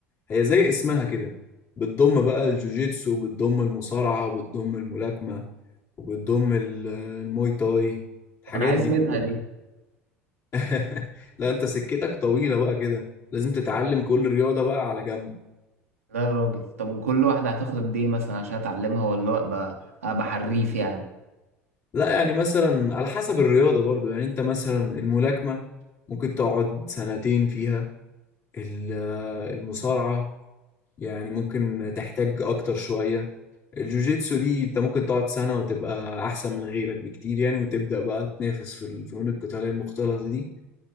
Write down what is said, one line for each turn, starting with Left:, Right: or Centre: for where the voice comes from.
Left: هي زي اسمها كده بتضم بقى الجوجيتسو وبتضم المصارعة وبتضم الملاكمة وبتضم ال- الموي تاي الحاجات
Right: طب انا عايز
Left: دي كلها
Right: منها دي
Left: <laughs> لا انت سكتك طويلة بقى كده لازم تتعلم كل رياضة بقى على جنب
Right: لا يا راجل طب وكل واحدة هتاخد قد ايه مثلا عشان اتعلمها ولا ابقى ابقى حريف يعني
Left: لا يعني مثلا على حسب الرياضة برضو يعني انت مثلا الملاكمة ممكن تقعد سنتين فيها ال- المصارعة يعني ممكن تحتاج اكتر شوية الجوجيتسو دي انت ممكن تقعد سنة وتبقى احسن من غيرك بكتير يعني وتبدأ بقى تنافس في الفنون القتالية المختلطة دي